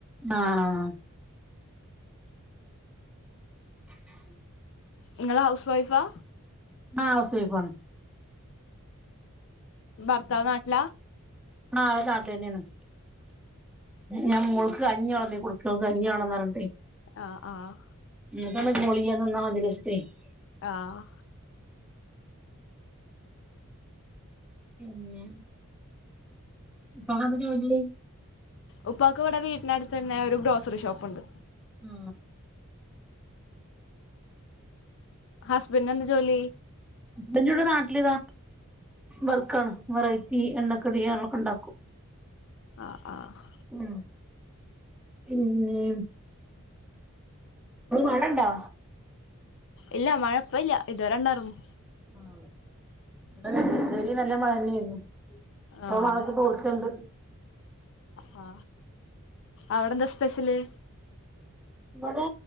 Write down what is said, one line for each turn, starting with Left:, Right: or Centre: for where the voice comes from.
Centre: ആഹ <inaudible>
Left: നിങ്ങള ഹൗസ് വൈഫാ
Centre: ആഹ ഹൌസ് വൈഫാണ്
Left: ഭർത്താവ് നാട്ടിലാ
Centre: ആ നാട്ടി തന്നെ ആണ് ഞാൻ മോൾക്ക് കഞ്ഞിവെള്ബി കൊടുക്കാ കഞ്ഞി വേണെന്ന് പറഞ്ഞിട്ടെ
Left: ആഹ ആഹ
Centre: <unintelligible>
Left: ആഹ
Centre: പിന്നെ ഇപ്പാ ക്കെന്ത ജോലി
Left: ഉപ്പാക്കു ഇവിടെ വീട്ടിനടുത്ത് തന്നെ ഒരു ഗ്രോസറി ഷോപ്പുണ്ട്
Centre: ആ
Left: ഹസ്ബൻഡ എന്ത്‌ ജോലി
Centre: ബട നാട്ടില് താ വർക്കാണ് വെറൈറ്റി എണ്ണക്കടികളൊക്കെ ഉണ്ടാക്കും
Left: ആഹ ആഹ
Centre: ഉം പിന്നെ അവിടെ മഴയുണ്ടോ
Left: ഇല്ല മഴ ഇപോയില്ല ഇതുവരെ ഉണ്ടായിരുന്നു
Centre: ആ ഇവിടെ ഇതുവരെ നല്ല മഴന്നെ യിരുന്നു ഇപ്പൊ
Left: ആ
Centre: മഴക്ക് തോ ർച്ചുണ്ട്
Left: ആ അവിടെന്താ സ്പെഷ്യല്
Centre: ഇവിടെ